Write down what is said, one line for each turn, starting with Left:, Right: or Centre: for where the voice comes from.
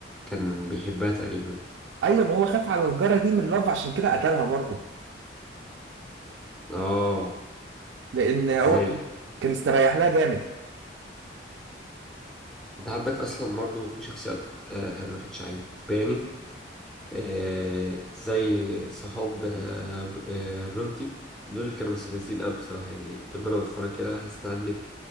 Centre: كان بيحبها تقريبا
Right: ايوه ما هو خاف على الجاره دي من لاف عشان كده قتلها برضه
Centre: اه
Right: لان هو
Centre: زي
Right: كان استريح لها جامد
Centre: انت عندك اصلا برضه في شخصيات آه ما كانتش عجباني آه زي صحاب آه ب- آه برونتي دول اللي كانوا مستفزين قوي بصراحة يعني طول ما انا بتفرج كده حاسس ان عندي